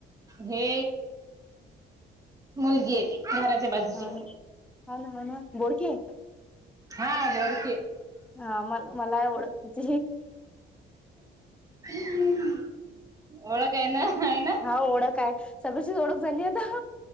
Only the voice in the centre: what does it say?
हा ना हा ना हो ना बोडकीे.
हा म मला एवढंच.
हा ओळख आहे सगळ्याचीच ओळख झाली आता